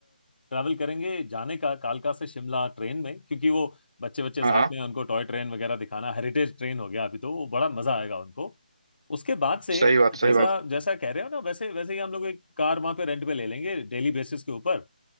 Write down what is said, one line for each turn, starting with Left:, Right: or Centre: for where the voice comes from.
Left: ट्रैवल करेंगे जाने का कालका से शिमला ट्रेन में क्योंकि वो बच्चे बच्चे साथ
Right: हाँ हाँ
Left: में उनको टॉय ट्रेन वगैरह दिखाना हेरिटेज ट्रेन हो गया अभी तो वो बड़ा मजा आएगा उनको उसके बाद से
Right: सही बात
Left: जैसा
Right: सही बात
Left: जैसा कह रहे हो ना वैसे वैसे ही हम लोग एक कार वहां पे रेंट पे ले लेंगे डेली बेसिस के ऊपर